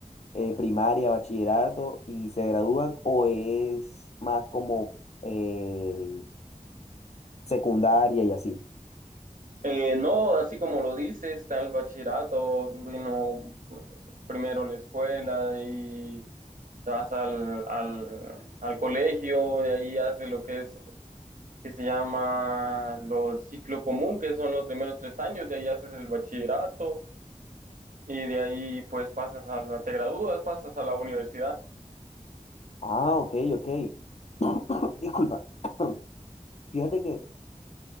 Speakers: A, on the left; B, on the right.
A: eh, primaria, bachillerato y se gradúan, o es más como eh, secundaria y así?
B: Eh, no, así como lo dices, está el bachillerato, vino primero la escuela y te vas al, al, al colegio, de ahí haces lo que es, que se llama los ciclo común, que son los primeros tres años, de ahí haces el bachillerato y de ahí pues pasas a la, te gradúas, pasas a la universidad.
A: Ah, ok, ok. <coughs> Disculpa. <coughs> Fíjate que